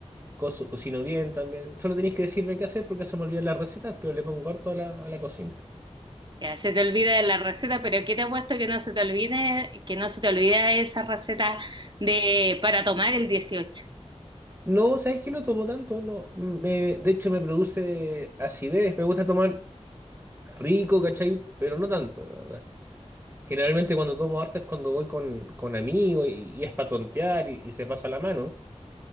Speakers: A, on the right (about 20°); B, on the right (about 40°).
A: coso- cocino bien también. Solo tenéis que decirme qué hacer porque se me olvidan las recetas, pero le pongo harto a la, a la cocina.
B: Ya, se te olvida la receta, pero ¿qué te ha puesto que no se te olvide, que no se te olvida esa receta de para tomar el 18?
A: No, ¿sabes que No tomo tanto, no. Me, de hecho, me produce acidez. Me gusta tomar rico, ¿cachai? Pero no tanto, la verdad. Generalmente cuando tomo harto es cuando voy con, con amigos y, y es para tontear y, y se pasa la mano,